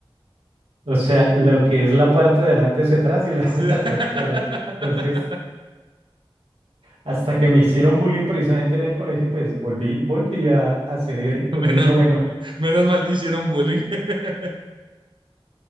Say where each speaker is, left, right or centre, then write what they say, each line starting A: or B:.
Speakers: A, on the right (about 80°); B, on the right (about 55°).
A: o sea, lo que es la parte de adelante hacia atrás y la
B: Sí.
A: <laughs> de
B: <laughs>
A: atrás hacia adelante. Entonces... Hasta que me hicieron bullying precisamente en el colegio, y pues volví, volví a, a ser el,
B: Menos,
A: el niño bueno.
B: menos mal te hicieron bullying. <laughs>